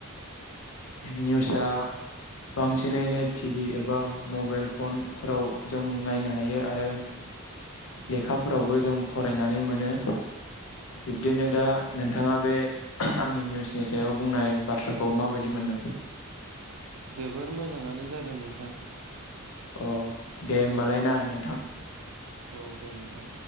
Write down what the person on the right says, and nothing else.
जोबोर मोजाङानो जादों नोंथां।
औ दे नोंथां।